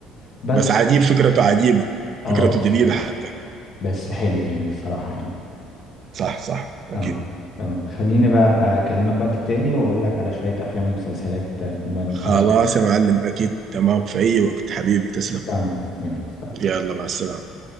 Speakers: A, on the left; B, on the right.
A: بس
B: بس عجيب فكرته عجيبه
A: اه
B: فكرته
A: بس
B: جديده حتى
A: بس حلو يعني الصراحة يعني
B: صح صح
A: اه
B: اكيد
A: تمام خليني بقى أبقى أكلمك وقت تاني وأقول لك على شوية أفلام ومسلسلات نبقى نتفرج
B: خلاص
A: عليها.
B: يا معلم اكيد تمام في اي وقت حبيبي تسلم
A: تمام يلا سلام
B: يلا مع السلامه